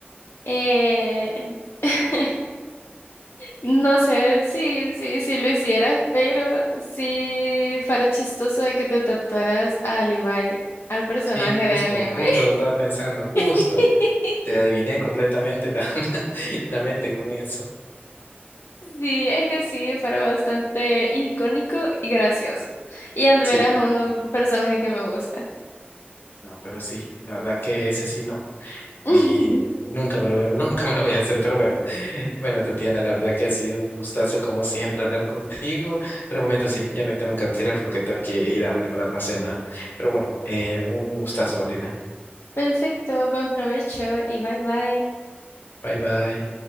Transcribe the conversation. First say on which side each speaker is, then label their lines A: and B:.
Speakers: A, on the left; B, on the left.
A: Eh, <laughs> no sé si, si, si lo hicieras, pero si fuera chistoso de que te tatuaras a Levi, al personaje
B: Sí, justo,
A: de anime.
B: justo lo estaba pensando, justo.
A: <laughs>
B: Te adiviné completamente la, <laughs> la mente con eso.
A: Sí, es que sí, fuera bastante icónico y gracioso. Y anduvieras
B: Sí,
A: uno personaje que me gusta.
B: no, pero sí, la verdad que ese sí no.
A: <laughs>
B: Ni nunca me lo, <laughs> nunca me lo voy a hacer, pero bueno. <laughs> Bueno, Tatiana, la verdad que ha sido un gustazo como siempre hablar contigo. Pero un momento sí, ya me tengo que retirar porque tengo que ir a preparar la cena. Pero bueno, eh, un un gustazo, Gabriela.
A: Perfecto, buen provecho y bye bye.
B: Bye bye.